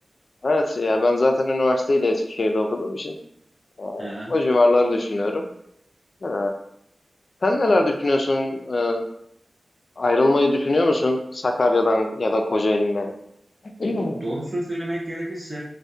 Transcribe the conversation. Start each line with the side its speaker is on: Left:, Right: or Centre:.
Left: Evet ya ben zaten üniversiteyi de Eskişehir'de okuduğum için eee,
Right: Aha.
Left: o civarları düşünüyorum. Eee, Sen neler düşünüyorsun? Ee, ayrılmayı düşünüyor musun Sakarya'dan ya da Kocaeli'nden? <clears throat>
Right: Doğrusunu söylemek gerekirse